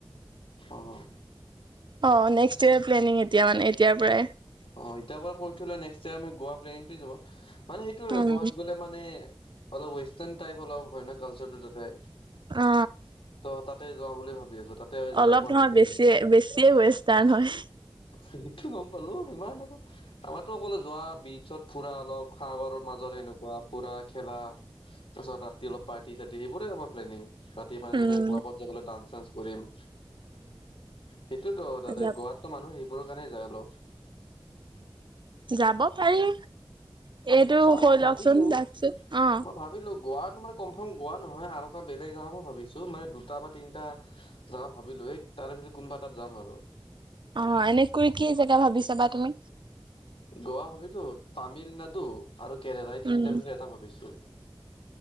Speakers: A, on the left (about 75°); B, on the right (about 60°).
A: অঁ।
B: অ নেক্সট ইয়েৰ প্লেনিং এতিয়া মানে এতিয়া পৰাই।
A: অ এতিয়া পৰা কৈ থ'লে নেক্সট ইয়াৰ আমি গোৱা প্লেনিংটো যাব। মানে সেইটো
B: উম
A: গোৱাত গ'লে মানে অলপ ৱেষ্টাৰ্ণ টাইপ অলপ হয় কালচাৰটো তাতে।
B: অ।
A: ত তাতে যাওঁ বুলি ভাবি আছো তাতে
B: অলপ
A: যাই পোৱা
B: নহয়
A: নাই এতিয়ালৈকে
B: বেছিয়ে বেছিয়ে ৱেষ্টাৰ্ণ হয়।
A: সেইটো গম পালোঁ। ইমান আকত অকলে যোৱা বিচত ফুৰা অলপ সাগৰৰ মাজত সেনেকুৱা। পুৰা খেলা তাছত ৰাতি অলপ পাৰ্টি চাৰ্টি সেইবোৰে হ'ব প্লেনিং। ৰাতি মাজতে
B: উম
A: ক্লাবত যাবলে ডান্স চান্স কৰিম। সেইটোত তাতে
B: যা যাব
A: গোৱাতো মানুহ সেইবোৰৰ কাৰণে যায় অলপ।
B: যাব পাৰি। এইটো
A: চাও
B: হৈ
A: মই ভাবিলো
B: লওকচোন দাকচত অ।
A: মই ভাবিলো গোৱা মানে কনফাৰ্ম গোৱা নহয় আৰু এটা বেলেগ জেগা মই ভাবিছো মানে দুটা বা তিনটা জাগা ভাবিলো এইট তাৰে ভিতৰত কোনোবা এটাত যাম আৰু।
B: অ এনেকৈ কি জেগা ভাবিছাবা তুমি?
A: গোৱা ভাবিথোত তামিলনাডু আৰু কেৰেলা এই
B: উম
A: তিনিটাৰে ভিতৰত এটা ভাবিছো।